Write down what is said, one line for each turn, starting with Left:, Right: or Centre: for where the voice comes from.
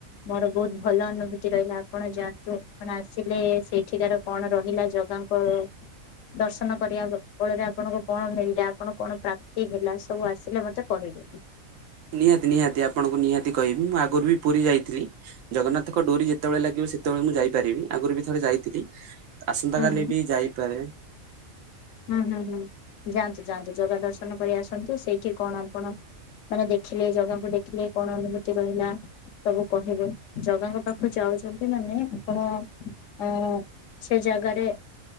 Left: ମୋର ବହୁତ ଭଲ ଅନୁଭୂତି ରହିଲା ଆପଣ ଯାଆନ୍ତୁ ଆପଣ ଆସିଲେ ସେଇଠିକାର କଣ ରହିଲା ଜଗାଙ୍କ ଦର୍ଶନ କରିବା ବଳରେ ଆପଣଙ୍କୁ କଣ ମିଳିଲା ଆପଣ କଣ ପ୍ରା ତି ହେଲା ସବୁ ଆସିଲେ ମତେ କହିବେ।
Right: ନିହାତି ନିହାତି ଆପଣଙ୍କୁ ନିହାତି କହିବି ମୁଁ ଆଗରୁ ବି ପୁରୀ ଯାଇଥିଲି ଜଗନ୍ନାଥଙ୍କ ଡୋରି ଯେତେବେଳେ ଲାଗିବ ସେତେବେଳେ ମୁଁ ଯାଇପାରିବି ଆଗରୁ ବି ଥରେ ଯାଇଥିଲି। ଆସନ୍ତା
Left: ହୁଁ
Right: କାଲି
Left: ହୁଁ
Right: ବି ଯାଇପାରେ।
Left: ହୁଁ ହୁଁ ହୁଁ ଯାଆନ୍ତୁ ଯାଆନ୍ତୁ ଜଗା ଦର୍ଶନ କରି ଆସନ୍ତୁ ସେଇଠି କଣ ଆପଣ ମାନେ ଦେଖିଲେ ଜାଗାକୁ ଦେଖିଲେ କଣ ଅନୁଭୂତି ରହିଲା ସବୁ କହିବେ ଜଗାଙ୍କ ପାଖକୁ ଯାଉଛନ୍ତି ମାନେ ଆପଣ ଅ ସେ ଜାଗାରେ